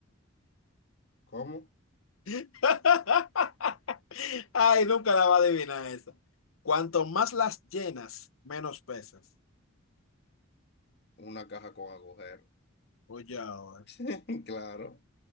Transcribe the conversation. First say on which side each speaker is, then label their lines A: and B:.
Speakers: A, on the left; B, on the left.
A: ¿Cómo?
B: <laughs> Ay, nunca la va a adivinar esa. Cuanto más las llenas, menos pesas.
A: Una caja con agujeros.
B: Oye, ahora.
A: <laughs> Claro,